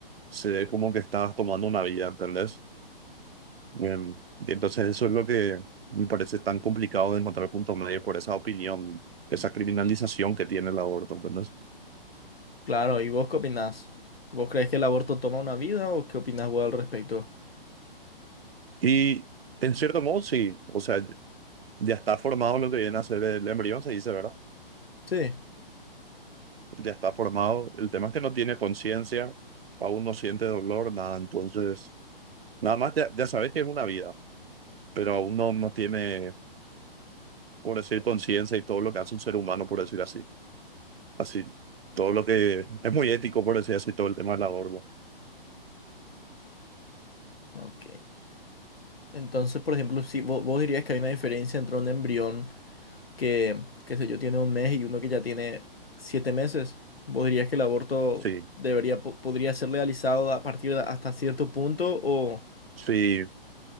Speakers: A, on the right (about 85°); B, on the left (about 80°).
A: Se ve como que estás tomando una vida, ¿entendés? Em, y entonces eso es lo que me parece tan complicado de encontrar punto medio por esa opinión, esa criminalización que tiene el aborto, ¿entendés?
B: Claro, ¿y vos qué opinás? ¿Vos crees que el aborto toma una vida o qué opinás vos al respecto?
A: Y en cierto modo, sí, o sea, ya está formado lo que viene a ser el embrión, se dice, ¿verdad?
B: Sí.
A: ya está formado. El tema es que no tiene conciencia, aún no siente dolor, nada. Entonces, nada más ya, ya sabes que es una vida, pero aún no, no tiene, por decir, conciencia y todo lo que hace un ser humano, por decir así. Así, todo lo que es muy ético, por decir así, todo el tema del aborto.
B: Ok. Entonces, por ejemplo, si vos, vos dirías que hay una diferencia entre un embrión que, qué sé yo, tiene un mes y uno que ya tiene siete meses, ¿vos dirías que el aborto
A: Sí,
B: debería, po- podría ser legalizado a partir de hasta cierto punto o
A: sí.